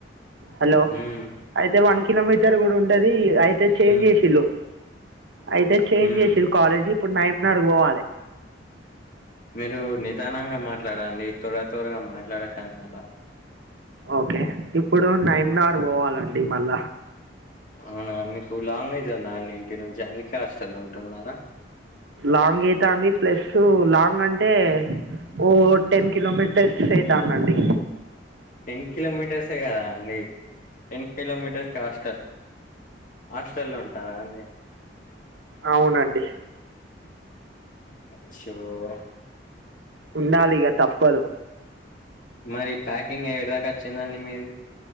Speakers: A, on the right; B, on the left.
A: హలో
B: హ్మూ
A: అయితే వన్ కిలోమీటర్ గూడ ఉంటదీ అయితే చేంజ్
B: మ్మ్
A: చేశిళ్ళు. అయితే చేంజ్
B: మ్మ్
A: చేశిళ్ళు కాలేజ్ ఇప్పుడు నయూబ్ నగర్ పోవాలే.
B: మీరు నిదానంగా మాట్లాడండి. త్వర త్వరగా మాట్లాడకండి అలా
A: ఓకే ఇప్పుడూ నైయమ్ నగర్ పోవాలండి మళ్ళా.
B: అవునా మీకు లాంగ్ అయితుందా అండి ఇంటి నుంచి అందుకే హాస్టల్లో ఉంటున్నారా.
A: లాంగ్ ఐతాంది ప్లస్సూ లాంగ్ అంటే ఓ టెన్ కిలోమీటర్స్ ఐతాందండి.
B: టెన్ కిలోమీటర్సే కదా అండి. Ten kilometres to hostel hostel లో ఉంటారా అండి.
A: అవునండి
B: అశ్శో ఓ
A: ఉండాలిగా తప్పదు.
B: మరి ప్యాకింగ్ ఏడిదాకా అచ్చిందండి మీది.